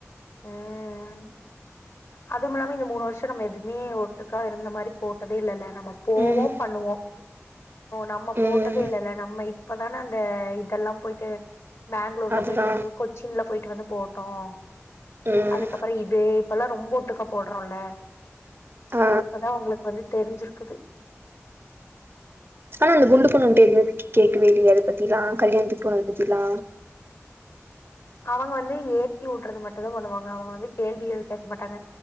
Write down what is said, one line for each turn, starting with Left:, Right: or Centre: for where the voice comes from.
Left: உம் அது மாரி இந்த மூணு வருஷம் நம்ம எதுவுமே ஒட்டுக்கா இருந்த மாரி போட்டதே இல்லல்ல நம்ம போவோம்
Right: ம்
Left: பண்ணுவோம் நம்ம
Right: ம்
Left: போட்டதே இல்லல்ல நம்ம இப்ப தானே அந்த இதெல்லாம் போயிட்டு பெங்களூர்லா
Right: அதுதா
Left: போயிட்டு வந்து கொச்சின்லா போயிட்டு வந்து போனும் ஆ
Right: ம்
Left: அதுக்கப்புற இது இப்பல்லா ரொம்ப ஒட்டுக்கா போடுறோம்ல
Right: ஆ
Left: இப்பதா அவுங்களுக்கு வந்து தெரிஞ்சிருக் க்குது
Right: ஆனா அந்த குண்டு பொண்ணு உன்ட்ட எதுமே கேக்கவே இல்லயா அத பத்திலா கல்யாணத்துக்கு போனத பத்திலா
Left: அவங்க வந்து ஏத்தி உடுறது மட்டும்தா பண்ணுவாங்க அவங்க வந்து கேள்விகள் கேக்க மாட்டாங்க